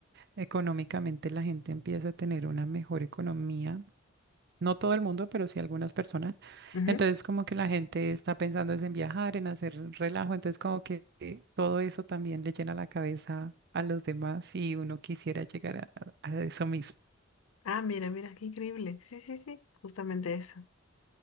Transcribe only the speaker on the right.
económicamente la gente empieza a tener una mejor economía. No todo el mundo, pero sí algunas personas.
Entonces, como que la gente está pensando es en viajar, en hacer relajo. Entonces, como que eh, todo eso también le llena la cabeza a los demás y uno quisiera llegar a a eso mismo.